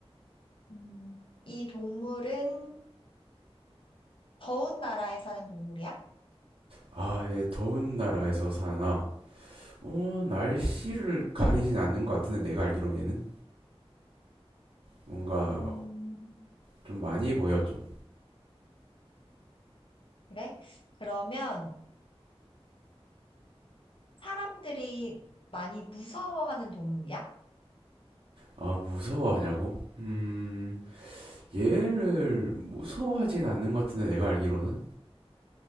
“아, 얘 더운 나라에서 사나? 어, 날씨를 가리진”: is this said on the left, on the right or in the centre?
Right